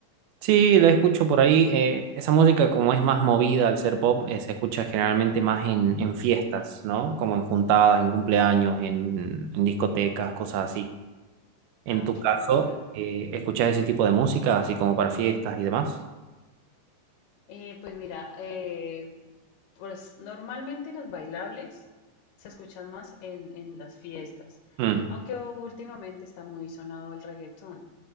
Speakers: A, on the right; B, on the left.
A: Sí, la escucho por ahí. eh, esa música, como es más movida al ser pop, eh, se escucha generalmente más en, en fiestas, ¿no? Como en juntadas, en cumpleaños, en, en discotecas, cosas así. En
B: Ah,
A: tu
B: claro,
A: caso,
B: claro.
A: eh, ¿escuchas ese tipo de música, así como para fiestas y demás?
B: Eh, pues mira, eh, pues normalmente las bailables se escuchan más en, en las fiestas,
A: Mm,
B: aunque últimamente está muy sonado el reggaetón.